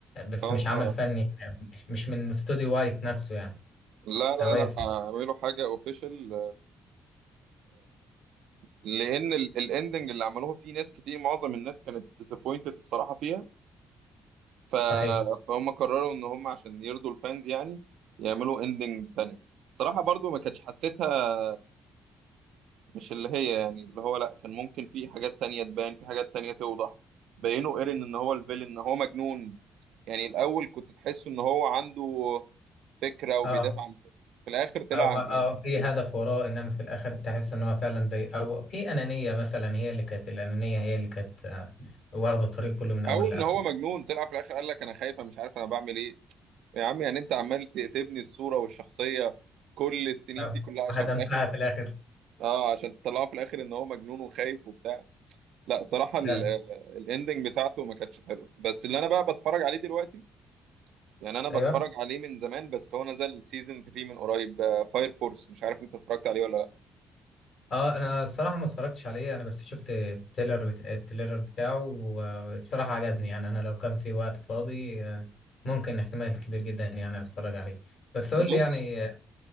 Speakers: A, on the left; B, on the right.
A: بس
B: اه
A: مش عمل فني يعني مش مش من استوديو وايت نفسه يعني
B: لا لا
A: او اي
B: لا
A: استوديو
B: اعملوا حاجة اوفيشال لان الاندنج اللي عملوها فيه ناس كتير معظم الناس كانت disappointed الصراحه فيها ف...
A: صحيح
B: فهم قرروا ان هم عشان يرضوا الفانز يعني يعملوا اندنج تانية صراحه برضو ما كانتش حسيتها مش اللي هي يعني اللي هو لا كان ممكن في حاجات تانية تبان في حاجات تانية توضح بينوا ايرين ان هو الفيلن ان هو مجنون يعني الاول كنت تحسه ان هو عنده فكره وبيدافع
A: اه
B: عن في الاخر طلع
A: اه
B: عن
A: اه
B: يعني
A: في هدف وراه انما في الاخر تحس ان هو فعلا زي او في انانيه مثلا هي اللي كانت الانانيه هي اللي كانت آه، واخده الطريق كله من اول
B: او
A: لاخره
B: ان هو مجنون طلع في الاخر قال لك انا خايف أنا مش عارف انا بعمل ايه يا عم يعني انت عمال ت- تبني الصورة والشخصية كل السنين
A: آه،
B: دي كلها
A: وهدمتها
B: عشان في الاخر
A: في الاخر
B: اه عشان تطلعه في الاخر ان هو مجنون وخايف وبتاع لا صراحة ال-
A: فعلا.
B: الاندنج بتاعته ما كانتش حلوه بس اللي انا بقى بتفرج عليه دلوقتي يعني انا بتفرج
A: ايوه
B: عليه من زمان بس هو نزل سيزون 3 من قريب فاير فورس مش عارف انت اتفرجت عليه ولا لا
A: اه انا الصراحه ما اتفرجتش عليه انا بس شفت التيلر بت... التيلر بتاعه والصراحه عجبني يعني انا لو كان في وقت فاضي آه، ممكن احتمال كبير جدا يعني اتفرج عليه بس
B: بص
A: قول لي يعني آه،